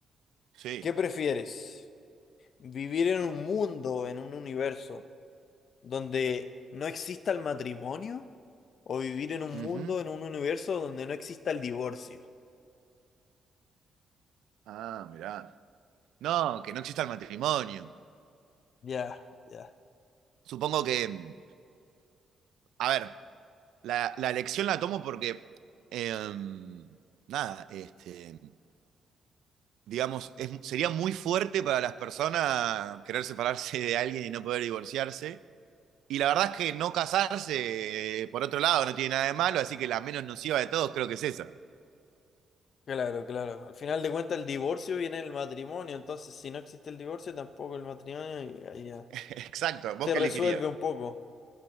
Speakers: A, on the right (about 80°); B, on the left (about 60°).
A: Sí.
B: ¿qué prefieres? ¿Vivir en un mundo, en un universo donde no exista el matrimonio? O vivir en un
A: Ujú.
B: mundo, en un universo donde no exista el divorcio.
A: Ah, mirá. No, que no exista el matrimonio.
B: Ya, ya.
A: Supongo que, mm, a ver, la, la elección la tomo porque, em, nada, este, digamos, es- sería muy fuerte para las personas querer separarse de alguien y no poder divorciarse. Y la verdad es que no casarse, eh, por otro lado, no tiene nada de malo, así que la menos nociva de todos creo que es esa.
B: Claro, claro. Al final de cuentas el divorcio viene del matrimonio, entonces si no existe el divorcio tampoco el matrimonio y ahí ya
A: <laughs> Exacto, ¿vos
B: se
A: qué
B: resuelve
A: elegirías?
B: un poco.